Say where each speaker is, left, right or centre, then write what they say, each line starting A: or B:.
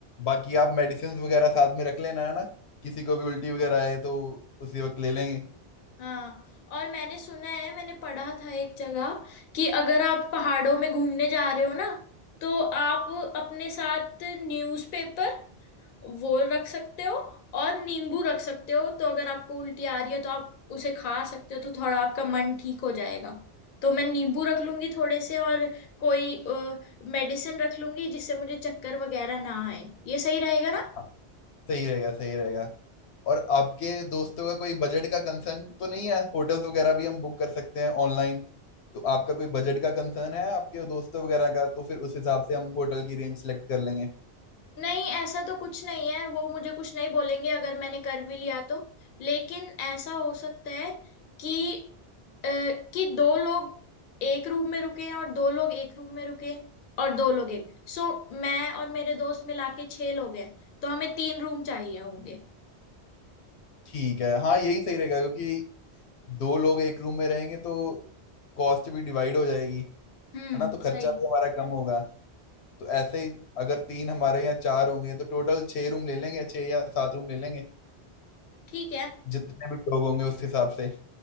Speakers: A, on the left; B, on the left.
A: बाकी आप मेडिसिन वगैरह साथ में रख लेना है ना किसी को भी उल्टी वगैरह आए तो उसी वक्त ले लेंगे
B: हाँ और मैंने सुना है मैंने पढ़ा था एक जगह कि अगर आप पहाड़ों में घूमने जा रहे हो ना तो आप अपने साथ न्यूज़पेपर वो रख सकते हो और नींबू रख सकते हो तो अगर आपको उल्टी आ रही है तो आप उसे खा सकते हो तो थोड़ा आपका मन ठीक हो जाएगा तो मैं नींबू रख लूंगी थोड़े से और कोई मेडिसिन रख लूंगी जिससे मुझे चक्कर वगैरह ना आए ये सही रहेगा ना
A: हाँ। सही रहेगा सही रहेगा और आपके दोस्तों का कोई बजट का कंसर्न तो नहीं है होटल्स वगैरह भी हम बुक कर सकते हैं ऑनलाइन तो आपका कोई बजट का कंसर्न है आपके दोस्तों वगैरह का तो फिर उस हिसाब से हम होटल की रेंज सेलेक्ट कर लेंगे
B: नहीं ऐसा तो कुछ नहीं है वो मुझे कुछ नहीं बोलेंगे अगर मैंने कर भी लिया तो लेकिन ऐसा हो सकता है कि अ, कि दो लोग एक रूम में रुके और दो लोग एक रूम में रुके और दो लोग एक सो मैं और मेरे दोस्त मिला के छह लोग हैं तो हमें तीन रूम चाहिए होंगे
A: ठीक है हाँ यही सही रहेगा क्योंकि दो लोग एक रूम में रहेंगे तो कॉस्ट भी डिवाइड हो जाएगी है
B: हम्म
A: ना तो खर्चा
B: सही
A: भी हमारा कम होगा तो ऐसे ही अगर तीन हमारे यहाँ चार होंगे तो टोटल छह रूम ले लेंगे छह या सात रूम ले लेंगे
B: ठीक है
A: जितने भी लोग होंगे उस हिसाब से है